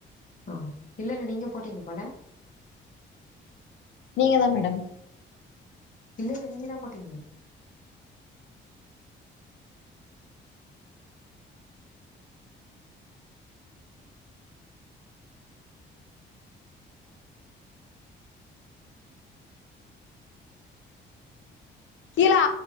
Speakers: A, on the left (about 40°); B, on the left (about 70°).
A: அ இல்ல இல்ல நீங்க போட்டீங்க போல
B: நீங்கதா மேடம்
A: இல்ல இல்ல நீங்கதா போட்டீங்க
B: கீழா